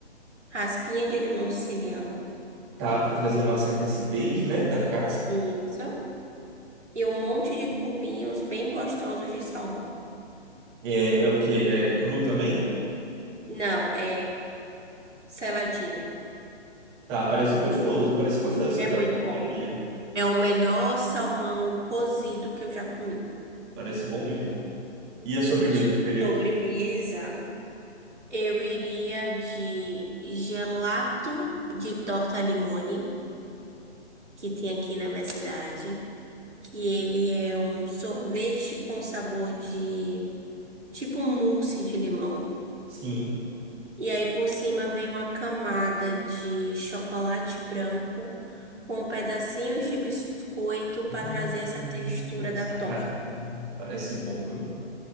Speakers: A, on the right; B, on the right.
A: Raspinha de limão siciliano.
B: Tá, para trazer uma certa acidez, né, da casca.
A: Isso. E um monte de cubinhos bem gostosos de salmão.
B: É, é o que É cru também?
A: Não, é seladinho.
B: Tá, parece gostoso. Parece gostoso esse
A: É
B: prato.
A: muito
B: Eu Comeria.
A: bom. É o melhor salmão cozido que eu já comi.
B: Parece bom mesmo. E a sobremesa
A: De
B: seria
A: sobremesa.
B: o quê?
A: Eu iria de gelato de torta limone, que tem aqui na minha cidade, que ele é um sorvete com sabor de tipo um mousse de limão.
B: Sim.
A: E aí por cima vem uma camada de chocolate branco com pedacinhos de biscoito para
B: Hum,
A: trazer essa textura da
B: sacanagem.
A: torta.
B: Parece bom, viu?